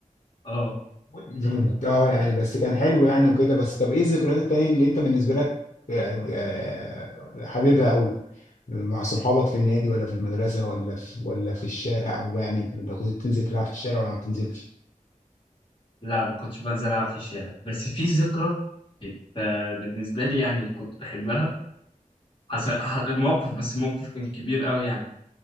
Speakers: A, on the left; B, on the left.
A: اه
B: مم. اه يعني بس كان حلو يعني وكده بس طب ايه الذكريات التانية اللي انت بالنسبه لك آه، آه، حبيبها قوي مع صحابك في النادي ولا في المدرسه ولا في ولا في الشارع او يعني انت كنت بتنزل تلعب في الشارع ولا ما بتنزلش
A: لا ما كنتش بنزل العب في الشارع بس في ذكرى كانت آه، بالنسبه لي يعني كنت بحبها حصل ح- موقف بس موقف كان كبير قوي يعني